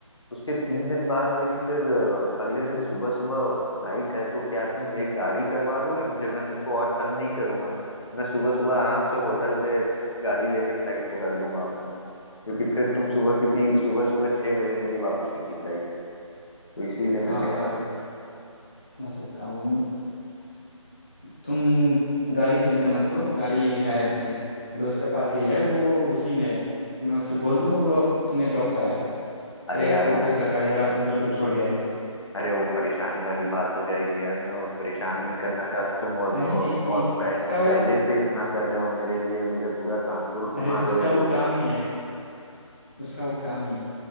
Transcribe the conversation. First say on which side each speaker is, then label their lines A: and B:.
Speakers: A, on the left (about 60°); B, on the left (about 20°).
A: उसके तीन दिन बाद मेरी फिर अ, अगले दिन सुबह सुबह फ्लाइट है तो क्या तुम एक गाड़ी करवा दोगे मुझे मैं तुमको और तंग नहीं करूंगा मैं सुबह सुबह आराम से होटल से गाड़ी लेके फ्लाइट पकड़ लूंगा अपना क्योंकि फिर तुम सुबह क्योंकि सुबह सुबह छह बजे मेरी वापसी की फ्लाइट है तो इसीलिए मैं
B: हाँ
A: कह
B: हाँ
A: रहा
B: मैं
A: था
B: समझ सकता हूँ तुम गाड़ी की चिंता मत लो गाड़ी है अपने दोस्त के पास ही है वो उसी में है तो मैं उससे बोल दूंगा वो आप तुम्हें ड्रॉप कराएगा
A: अरे
B: एयरपोर्ट
A: यार वो
B: तक बकायदा अंदर तक छोड़ के आएगा
A: अरे वो परेशानी वाली बात हो जाएगी यार मैं और परेशान नहीं करना चाहता तुम और
B: नहीं
A: और,
B: नहीं नहीं
A: और पह,
B: उसका
A: पहले
B: वो
A: से इतना कर रहे हो मेरे लिए मुझे पूरा कानपुर घुमा
B: अरे
A: रहे
B: उसका
A: हो तुम
B: वो काम ही है उसका वो काम ही है